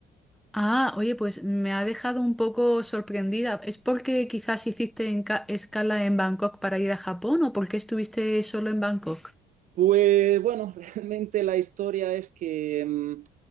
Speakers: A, in the centre; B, on the right (about 50°).
A: Ah, oye, pues me ha dejado un poco sorprendida. ¿Es porque quizás hiciste en ca- escala en Bangkok para ir a Japón o porque estuviste solo en Bangkok?
B: Pues bueno, <laughs> realmente la historia es que mm,